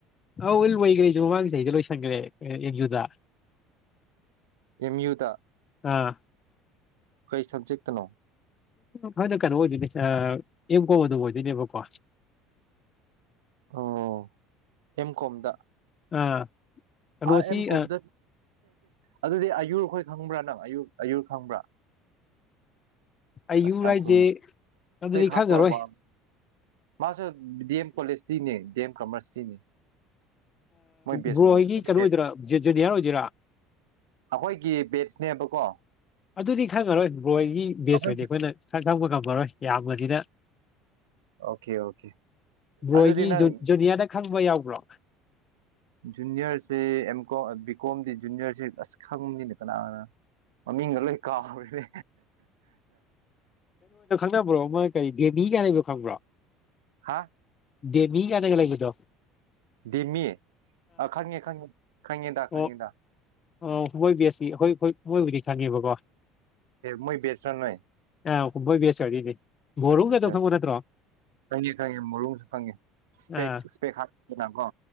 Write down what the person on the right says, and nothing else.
ꯑꯦꯝ ꯌꯨꯗ
ꯀꯩ ꯁꯕꯖꯦꯛꯇꯅꯣ
ꯑꯣ ꯑꯦꯝ ꯀꯣꯝꯗ
ꯑꯥꯦꯝ ꯀꯣꯝꯗ
ꯑꯗꯨꯗꯤ ꯑꯌꯨꯨꯔ ꯈꯈꯣꯏ ꯈꯪꯕ꯭ꯔꯥ ꯅꯪ ꯑꯌꯨꯛ ꯑꯌꯨꯛ ꯈꯪꯕ꯭ꯔꯥ
ꯑꯁ
ꯇꯥꯡꯈꯨꯜ
ꯍꯦꯛ ꯍꯥꯞꯄ
ꯋꯥ ꯃꯥꯁꯨ ꯗꯤ ꯑꯦꯝ ꯀꯣꯂꯦꯖꯇꯤꯅꯦ ꯗꯤ ꯑꯦꯝ ꯀꯃꯔꯁꯇꯤꯅꯦ ꯃꯣꯏ ꯕꯦꯁ
ꯑꯩꯈꯣꯏꯒꯤ
ꯑꯩꯈꯣꯏꯒꯤ ꯕꯦꯠꯁꯅꯦꯕꯀꯣ
ꯑꯩꯈꯣꯏ
ꯑꯣꯀꯦ ꯑꯣꯀꯦ
ꯑꯗꯨꯗꯤ ꯅꯪ
ꯖꯨꯅꯤꯌꯔꯁꯦ ꯑꯦꯝ ꯀꯣ ꯕꯤ ꯀꯣꯝꯗꯤ ꯖꯨꯅꯤꯌꯔꯁꯦ ꯑꯁ ꯈꯪꯕꯅꯤꯅ ꯀꯅꯥꯅꯣ ꯃꯃꯤꯡꯒ ꯂꯣꯏ ꯀꯥꯎꯔꯦ
ꯍꯥꯥ
ꯗꯤꯃꯤ ꯑꯥ ꯈꯪꯉꯦ ꯈꯪꯉꯦ ꯈꯪꯉꯦꯗ ꯈꯪꯉꯦꯗ
ꯃꯣꯏ ꯕꯦꯁꯔꯥ ꯅꯣꯏ
<inaudible>
ꯈꯪꯉꯦ ꯈꯪꯉꯦ ꯃꯔꯣꯡꯁꯨ ꯈꯪꯉꯦ ꯏꯁ
ꯏꯁꯄꯦꯛ ꯍꯥꯞꯅ ꯀꯣ